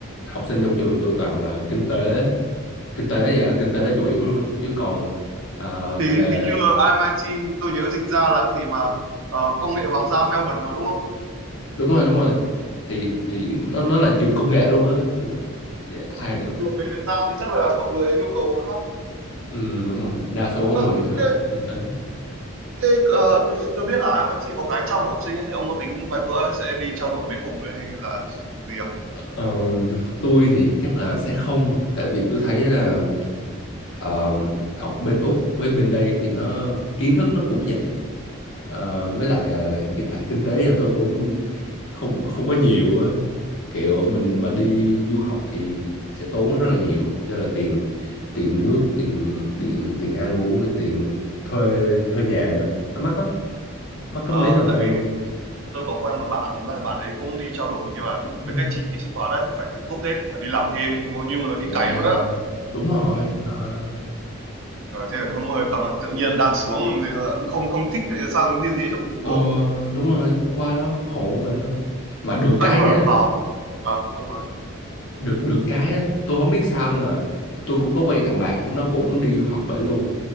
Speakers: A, on the left; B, on the right.
A: học sinh trong trường tôi toàn là kinh tế kinh tế dạ kinh tế là chủ yếu luôn á. chứ còn ờ,
B: Thì
A: về
B: hình như là IIT tôi nhớ dịch ra là cái gì mà ờ, công nghệ hoàng gia Melbourne mà đúng không?
A: đúng rồi đúng rồi thì thì nó nó là trường công nghệ luôn á Nhưng mà- dạ ai mà-
B: Nhưng mà về Việt Nam thì chắc là mọi người nhu cầu khác.
A: ừ, đúng rồi đa số
B: Ờ,
A: mọi người học
B: thế
A: kinh tế
B: thế ờ, tôi tôi biết là IIT có cái trao đổi học sinh ấy, thì ông có tính vài bữa sẽ đi trao đổi bên Úc hay là gì không?
A: Ờ, tôi thì chắc là sẽ không tại vì tôi thấy là ờ, học bên Úc với bên đây thì nó kiến thức nó cũng vậy Ờ, với lại ờ, hiện tại kinh tế nhà tôi cũng không không có nhiều á kiểu mình mà đi du học thì sẽ tốn rất là nhiều do là tiền tiền nước tiền điện tiền ăn uống rồi tiền thuê thuê nhà nữa nó mắc lắm mắc
B: Ờ,
A: gấp mấy lần
B: tại
A: đây
B: vì
A: luôn
B: tôi có quen một bạn mà bạn ấy cũng đi trao đổi nhưng mà
A: Ừ.
B: mấy cái chi phí sinh hoạt á thì phải tự túc hết phải đi làm thêm coi như là đi
A: yeah
B: cày luôn á
A: đúng rồi trời ơi.
B: Trời, thế là không hơi cầm tự nhiên đang sướng làm gì mà cũng không không thích tại sao như thế cho cực đúng
A: Ờ
B: không
A: đúng rồi, qua đó khổ mà thôi. Mà được
B: à,
A: cái
B: nhưng mà
A: nha,
B: vào à, ông nói đi
A: được được cái á, tôi không biết sao nhưng mà tôi cũng có quen thằng bạn nó cũng đi du học bển luôn